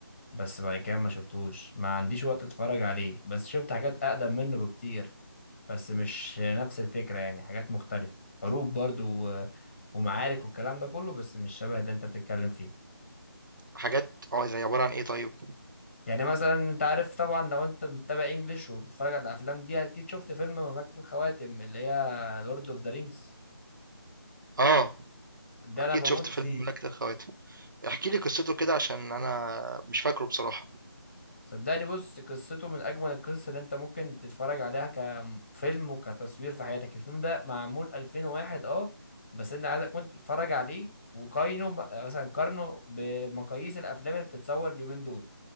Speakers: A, on the left (about 30°); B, on the right (about 55°).
A: بس بعد كده ما شفتوش ما عنديش وقت اتفرج عليه بس شفت حاجات اقدم منه بكتير بس مش نفس الفكره يعني حاجات مختلفه حروب برضو و- ومعارك والكلام ده كله بس مش شبه اللي انت بتتكلم فيه
B: حاجات اه زي عباره عن ايه طيب
A: يعني مثلا انت عارف طبعا لو انت متابع انجليش وبتتفرج على الافلام دي اكيد شفت فيلم مملكة الخواتم اللي هي لورد اوف ذا رينجز
B: آه،
A: ده
B: أكيد
A: انا بموت
B: شُفت فيلم
A: فيه
B: مملكة الخواتم. احكِ لي قصته كده عشان أنا مش فاكره بصراحة،
A: صدقني بص قصته من اجمل القصص اللي انت ممكن تتفرج عليها كفيلم وكتصوير في حياتك الفيلم ده معمول 2001 اه بس انت عايزك كنت تتفرج عليه وقارنه ب- مثلا قارنه بمقاييس الافلام اللي بتتصور اليومين دول